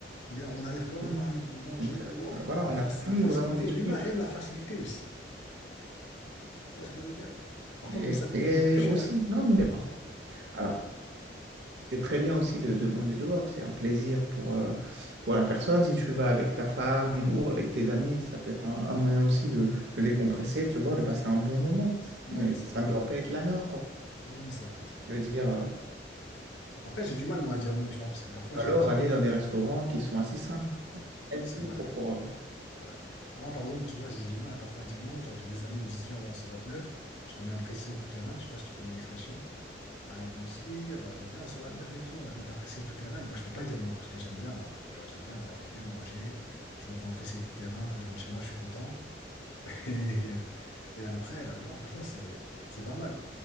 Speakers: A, on the left (about 85°); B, on the right (about 75°).
A: Mais on arrive quand même
B: oui.
A: à aller manger
B: Donc,
A: dehors,
B: euh, euh, voilà,
A: quoi. La
B: on
A: face,
B: n'a plus
A: la facilité.
B: vraiment d'excuses.
A: L'humain aime la facilité aussi. Tu vois ce que je veux dire? Parfois,
B: Et,
A: mais ça coûte
B: et
A: un peu plus cher.
B: aussi, non, mais parfois. Alors, c'est très bien aussi de, de manger dehors. C'est un plaisir pour, euh, pour la personne. Si tu vas avec ta femme ou avec tes amis, ça peut être un, un moyen aussi de, de décompresser, de se voir, de passer un bon moment.
A: Ouais,
B: Mais
A: c'est
B: ça
A: vrai.
B: ne doit pas être la norme.
A: Mm, c'est vrai, c'est
B: Je
A: vrai.
B: veux dire, euh,
A: Après, j'ai du mal, moi, à dire non, tu vois, parce que parfois,
B: ou
A: j'ai...
B: alors
A: j'ai-
B: aller dans des restaurants qui sont assez simples, healthy
A: C'est vrai,
B: pour, pour-
A: c'est vrai. Moi, par exemple, tu vois, j'ai du mal à parfois à dire non. Genre, j'ai des amis, ils me disent, viens, on va au neuf Je te mets un pressing tout terrain. Je sais pas si tu connais l'expression. Ouais, ils me disent oui, euh, viens, on 129 et tout, on va te mettre un pressing tout terrain. Et moi, je peux pas dire non, parce que j'aime bien, hein, tu vois, j'aime bien aller avec eux, manger. Je me prends un pressing tout terrain, après je rentre chez moi, je suis content. <laughs> Et, et après, euh, non, franchement, c'est c'est pas mal.